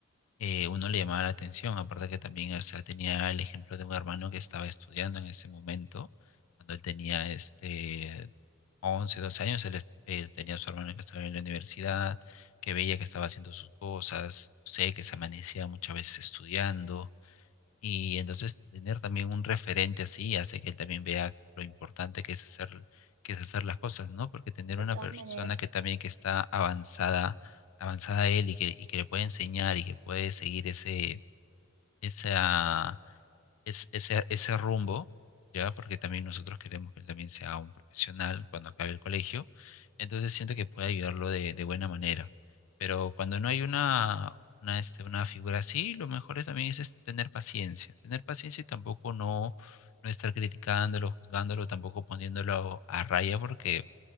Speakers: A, on the left; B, on the right.
A: eh, uno le llamaba la atención, aparte que también, o sea, tenía el ejemplo de un hermano que estaba estudiando en ese momento, cuando él tenía este 11, 12 años, él, es- él tenía a su hermano que estaba en la universidad, que veía que estaba haciendo sus cosas, no sé, que se amanecía muchas veces estudiando, y entonces tener también un referente así hace que él también vea lo importante que es hacer, que es hacer las cosas, ¿no? Porque tener
B: de
A: una
B: todas
A: persona
B: maneras.
A: que también que está avanzada, avanzada a él y que, y que le puede enseñar y que puede seguir ese, esa, es, ese, ese rumbo, ¿ya? Porque también nosotros queremos que él también sea un profesional cuando acabe el colegio. Entonces siento que puede ayudarlo de, de buena manera. Pero cuando no hay una, una, este, una figura así, lo mejor es también es, es tener paciencia. Tener paciencia y tampoco no, no estar criticándolo, juzgándolo, tampoco poniéndolo a raya porque